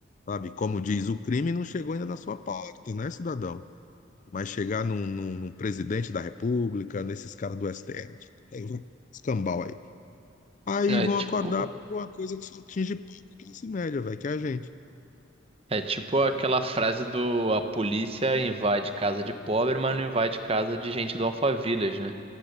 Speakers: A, on the left; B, on the right.
A: sabe? Como diz, o crime não chegou ainda na sua porta, né, cidadão? Mas chegar num, num- num presidente da República, nesses caras do STF, aí vai escambau aí. Aí
B: É
A: vão
B: tipo.
A: acordar pra uma coisa que só atinge pobre e classe média, velho, que é a gente.
B: É tipo aquela frase do a polícia invade casa de pobre, mas não invade casa de gente do Alphaville, né?